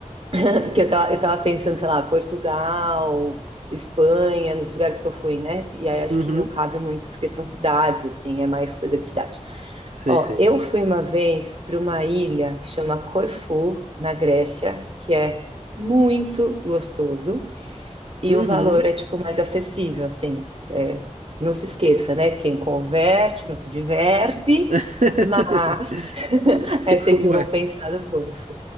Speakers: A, on the right; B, on the right.
A: <laughs> que eu tava, eu tava pensando, sei lá, Portugal, Espanha, nos lugares que eu fui, né? E aí acho
B: Uhum,
A: que não cabe muito, porque são cidades, assim, é mais coisa de cidade.
B: sei,
A: Ó,
B: sei.
A: eu fui uma vez para uma ilha que chama Corfu, na Grécia, que é muito gostoso. E
B: Uhum.
A: o valor é tipo mais acessível, assim. é, não se esqueça, né? Quem converte não se diverte,
B: <laughs>
A: mas <laughs>
B: Sei
A: é
B: como
A: sempre bom
B: é.
A: pensar no bolso.